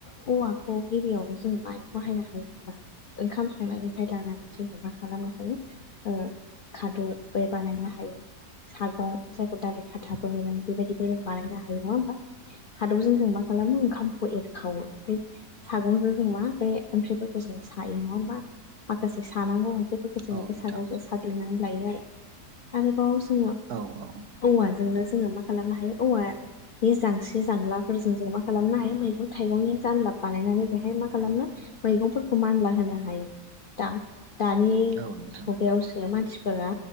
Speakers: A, on the left (about 70°); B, on the right (about 75°).
A: औवाखौ गिबियावनो जोङो मायाव बाहायनो हायो होनबा ओंखाम संनायनिफ्राय लानानै जोङो मा खालामनो हायो ओ खादौ बे बानायनो हायो सागं जायखौ दालि खाथाबो होनो। बेबादिबो बानायनो हायो नङा होनबा। खादौजों जों मा खालामो ओंखामखौ एरखाव ओमफ्राय सागंजों जों मा बे ओंख्रिफोरखौ जोङो सायो नङा हा माखासे सानांगौ ओंख्रिफोरखौ जोङो
B: औ
A: बे
B: नोंथां
A: सागंजों सा- ग्लिनानै लायो आरो आरोबाव जोङो
B: औ औ
A: औवाजोंनो जोङो मा खालामनो हायो औवाया बे जांस्रि जांलाफोरजों जों मा खालामनो हायो मैगं थाइगंनि जानलाब बानायनानै बेहाय मा खालामनो मैगंफोरखौ मानला होनो हायो। दा दानि
B: औ नोंथां
A: मुगायावसो मानसि फोरा